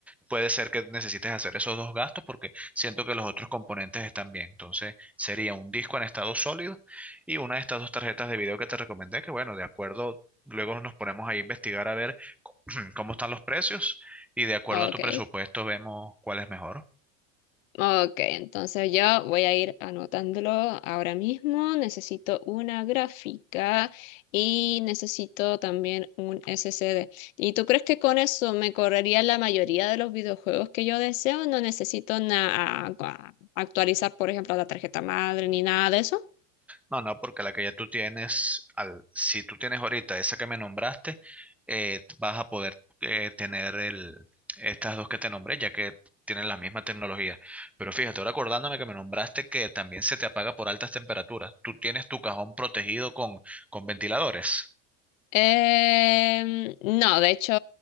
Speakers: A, in the centre; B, on the left (about 80°).
A: puede ser que necesites hacer esos dos gastos porque siento que los otros componentes están bien. Entonces, sería un disco en estado sólido y una de estas dos tarjetas de video que te recomendé, que bueno, de acuerdo, luego nos ponemos ahí a investigar a ver <clears throat> cómo están los precios y de acuerdo
B: Ok.
A: a tu presupuesto vemos cuál es mejor.
B: Ok, entonces yo voy a ir anotándolo ahora mismo. Necesito una gráfica y necesito también un SSD. ¿Y tú crees que con eso me correría la mayoría de los videojuegos que yo deseo? No necesito na- a- actualizar, por ejemplo, la tarjeta madre ni nada de eso.
A: No, no, porque la que ya tú tienes, al, si tú tienes ahorita esa que me nombraste, eh, vas a poder eh, tener el, estas dos que te nombré, ya que tienen la misma tecnología. Pero fíjate, ahora acordándome que me nombraste que también se te apaga por altas temperaturas. ¿Tú tienes tu cajón protegido con, con ventiladores?
B: Em, no, de hecho,